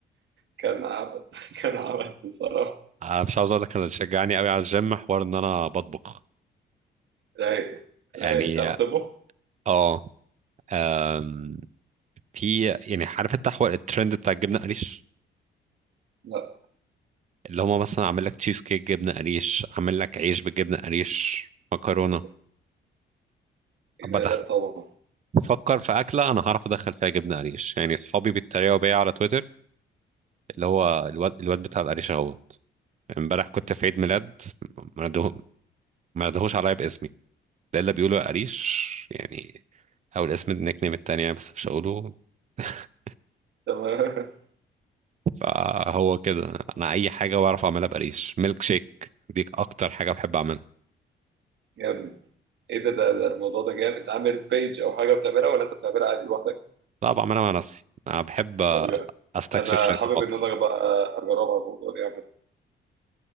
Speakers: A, on the right; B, on the right.
A: كان عبث <laughs> كان عبث بصراحه
B: أنا مش عاوز أقول لك أنا اللي شجعني أوي على الجيم حوار إن أنا بطبخ
A: رايق رايق
B: يعني
A: تعرف تطبخ؟
B: أه أم، في يعني عارف أنت حوار الترند بتاع الجبنة قريش
A: لا
B: اللي هما مثلا عامل لك تشيز كيك جبنة قريش عامل لك عيش بالجبنة قريش مكرونة
A: ايه ده إيه
B: بدخ
A: ده؟ لا طبعا
B: فكر في أكلة أنا هعرف أدخل فيها جبنة قريش يعني صحابي بيتريقوا بيا على تويتر اللي هو الواد, الواد بتاع القريش أهوت امبارح كنت في عيد ميلاد ما نده- ما ندهوش عليا باسمي ده إلا بيقولوا يا قريش يعني أو الاسم النيك نيم التانية بس مش هقوله <laughs>
A: تمام <laughs>
B: فهو كده أنا أي حاجة بعرف أعملها بقريش ميلك شيك دي أكتر حاجة بحب أعملها
A: يا ابني ايه ده ده, ده الموضوع ده جامد انت عامل بيج او حاجه بتعملها ولا انت بتعملها عادي لوحدك؟
B: لا بعملها مع نفسي أنا بحب
A: طب يعني
B: أستكشف
A: انا
B: شوية
A: حابب
B: في المطبخ
A: ان انا بقى اجرب على الموضوع ده يا عم